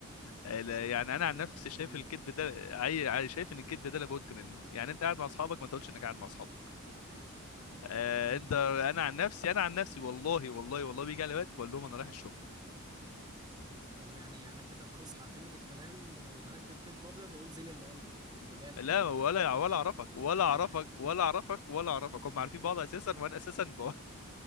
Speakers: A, on the left (about 85°); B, on the right (about 20°).
A: لا-
B: اه
A: يعني انا
B: عارف
A: عن نفسي
B: انا الجمله
A: شايف الكذب
B: دي
A: ده عاي... عاي- شايف ان الكذب ده لابد منه يعني انت قاعد مع اصحابك ما تقولش انك قاعد مع اصحابك آه
B: يعني
A: انت انا عن نفسي انا عن نفسي والله والله والله بيجي علي وقت بقول لهم انا رايح الشغل
B: طب يعني انا كده خلاص هعتمد الكلام وهكدب كدب ابيض واقول زين اللي قال لي خلي بالك
A: لا
B: عشان
A: ولا
B: ما تقولش
A: ولا اعرفك ولا
B: <laughs>
A: اعرفك ولا اعرفك ولا اعرفك هم عارفين بعض اساسا وانا اساسا ب...